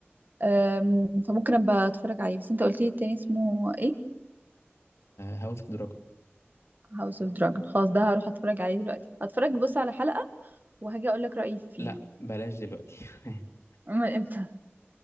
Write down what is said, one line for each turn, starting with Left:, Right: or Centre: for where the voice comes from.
Right: أم، فممكن ابقى اتفرج عليه بس انت قلت لي التاني اسمه ايه
Left: هاوس اوف دراجون
Right: هاوس اوف دراجون خلاص ده هروح اتفرج عليه دلوقتي هتفرج بص على حلقة وهاجي اقول لك رأيي فيها
Left: لا بلاش دلوقتي <laughs>
Right: من امتى